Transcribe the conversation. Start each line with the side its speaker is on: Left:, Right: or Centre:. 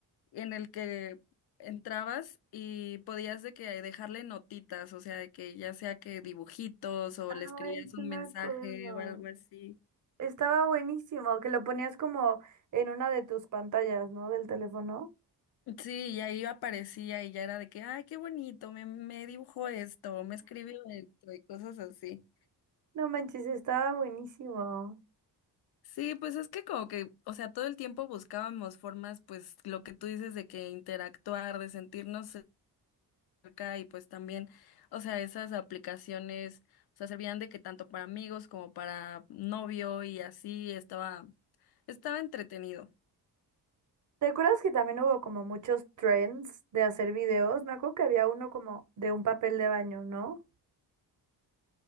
Left: en el que entrabas y podías de que dejarle notitas, o sea, de que ya sea que dibujitos o
Right: Ay,
Left: le escribías
Right: sí
Left: un
Right: me
Left: mensaje
Right: acuerdo.
Left: o algo así.
Right: Estaba buenísimo, que lo ponías como en una de tus pantallas, ¿no? Del teléfono.
Left: Sí, y ahí aparecía y ya era de que, ay, qué bonito, me, me dibujó esto, me escribió esto y cosas así.
Right: No manches, estaba buenísimo.
Left: Sí, pues es que como que, o sea, todo el tiempo buscábamos formas, pues lo que tú dices de que interactuar, de sentirnos cerca y pues también, o sea, esas aplicaciones, o sea, servían de que tanto para amigos como para novio y así estaba, estaba entretenido.
Right: ¿Te acuerdas que también hubo como muchos trends de hacer videos? Me acuerdo que había uno como de un papel de baño, ¿no?